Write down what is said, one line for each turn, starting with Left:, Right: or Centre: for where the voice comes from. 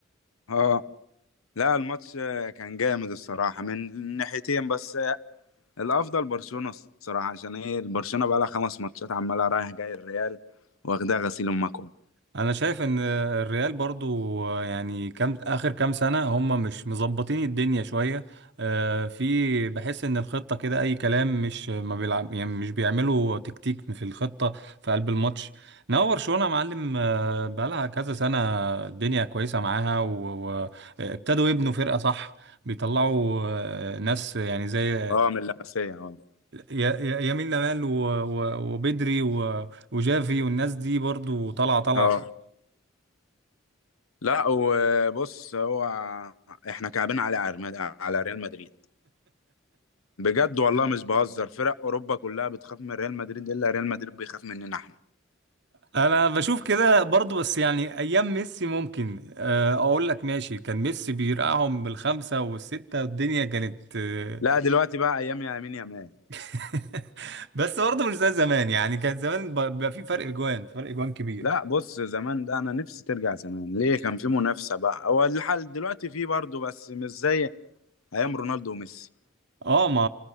Left: آه، لا الماتش آه، كان جامد الصراحة من ناحيتين بس آه، الافضل برشلونة الصراحة عشان ايه برشلونة بقى لها خمس ماتشات عمالة رايح جاي الريال واخدها غسيل ومكوى
Right: انا شايف ان الريال برضو يعني كام اخر كام سنه هم مش مظبطين الدنيا شويه آه، في بحس ان الخطه كده اي كلام مش ما بيلعب يعني مش بيعملوا تكتيك في الخطه في قلب الماتش انما برشلونه يا معلم آه، بقالها كذا سنه الدنيا كويسه معاها وابتدوا يبنوا فرقه صح بيطلعوا آه، ناس يعني زي
Left: اه من اللمسية اه
Right: يا- يا- يمين لمال و- و- وبدري و- وجافي والناس دي برضو طالعه طالعه
Left: اه لا وبص هو احنا كعبين على عرم- على ريال مدريد بجد والله مش بهزر فرق اوروبا كلها بتخاف من ريال مدريد الا ريال مدريد بيخاف مننا احنا
Right: انا بشوف كده برضو بس يعني ايام ميسي ممكن آه، اقول لك ماشي كان ميسي بيرقعهم بالخمسة والستة والدنيا كانت آه،
Left: لا دلوقتي بقى ايام يا امين يا مان
Right: <laughs> بس برضو مش زي زمان يعني كان زمان ب- بيبقى في فرق اجوان فرق اجوان كبير
Left: لا بص زمان ده انا نفسي ترجع زمان ليه كان في منافسه بقى هو الحال دلوقتي في برضه بس مش زي ايام رونالدو وميسي
Right: اه ما